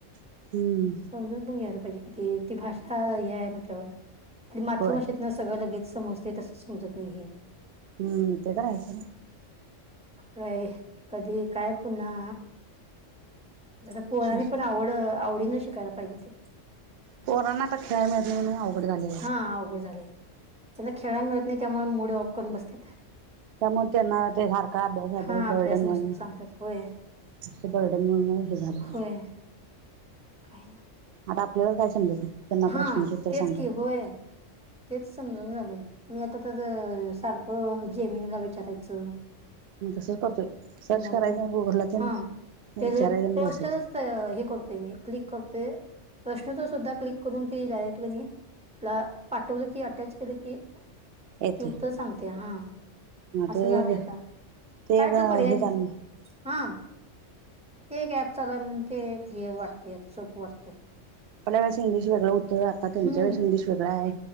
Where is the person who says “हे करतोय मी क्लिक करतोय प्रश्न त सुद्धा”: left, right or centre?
Centre